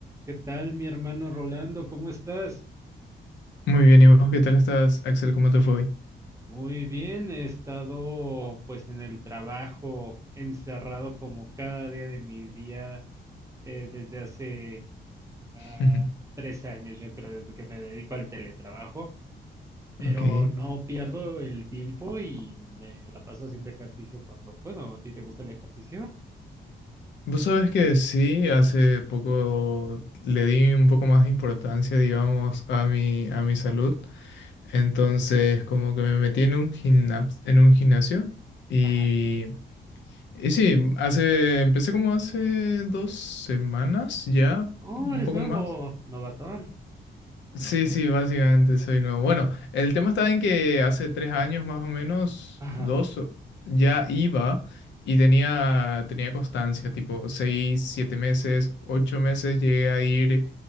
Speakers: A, on the right (about 15°); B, on the left (about 85°).
A: ¿Qué tal, mi hermano Rolando? ¿Cómo estás?
B: Muy bien, ¿y vos qué tal estás, Axel? ¿Cómo te fue hoy?
A: Muy bien, he estado pues en el trabajo, encerrado como cada día de mi día eh, desde hace ah,
B: <laughs>
A: tres años, yo creo, desde que me dedico al teletrabajo, pero
B: Ok.
A: no pierdo el tiempo y me la paso haciendo ejercicio cuando puedo. ¿A ti te gusta el ejercicio?
B: Vos sabés que sí, hace poco le di un poco más de importancia, digamos, a mi, a mi salud. Entonces, como que me metí en un gimnasio, en un gimnasio y,
A: Ajá.
B: y sí, hace, empecé como hace dos semanas ya,
A: Oh,
B: un
A: eres
B: poco
A: nuevo,
B: más.
A: novatón.
B: Sí, sí, básicamente soy nuevo. Bueno, el tema está en que hace tres años más o menos,
A: Ajá.
B: dos, ya iba y tenía, tenía constancia, tipo seis, siete meses, ocho meses llegué a ir